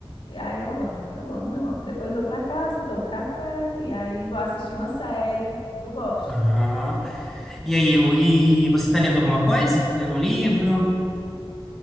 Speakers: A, on the left; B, in the centre.
A: E aí eu amo, eu amo, eu amo. Depois vou para casa, tomo café, e aí vou assistir uma série. Eu gosto.
B: Aham. E aí, o- e você tá lendo alguma coisa? Tá lendo um livro?